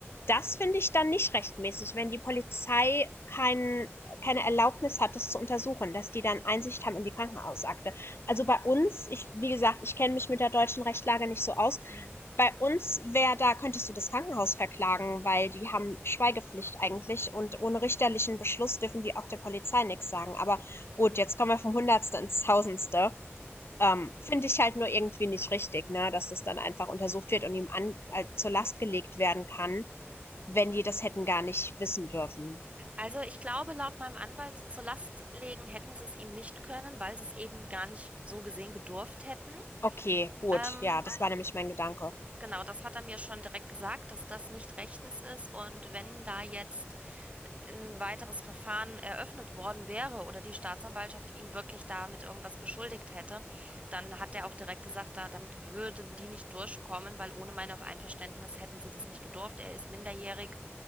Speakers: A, on the left; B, on the right.
A: das finde ich dann nicht rechtmäßig, wenn die Polizei keinen keine Erlaubnis hat, das zu untersuchen, dass die dann Einsicht haben in die Krankenhausakte. Also bei uns, ich, wie gesagt, ich kenne mich mit der deutschen Rechtslage nicht so aus.
B: Mhm.
A: Bei uns wäre da, könntest du das Krankenhaus verklagen, weil die haben Schweigepflicht eigentlich und ohne richterlichen Beschluss dürfen die auch der Polizei nichts sagen. Aber gut, jetzt kommen wir vom Hundertste ins Tausendste. Ähm, Finde ich halt nur irgendwie nicht richtig, ne, dass das dann einfach untersucht wird und ihm an, äh, zur Last gelegt werden kann, wenn die das hätten gar nicht wissen dürfen.
B: Also ich glaube, laut meinem Anwalt zur Last legen hätten sie es ihm nicht können, weil sie es eben gar nicht so gesehen gedurft hätten.
A: Okay, gut.
B: Ähm,
A: Ja, das war nämlich mein Gedanke.
B: genau, das hat er mir schon direkt gesagt, dass das nicht rechtens ist. Und wenn da jetzt ein weiteres Verfahren eröffnet worden wäre oder die Staatsanwaltschaft ihn wirklich damit irgendwas beschuldigt hätte, dann hat er auch direkt gesagt, da, damit würden die nicht durchkommen, weil ohne mein Einverständnis hätten sie das nicht gedurft. Er ist minderjährig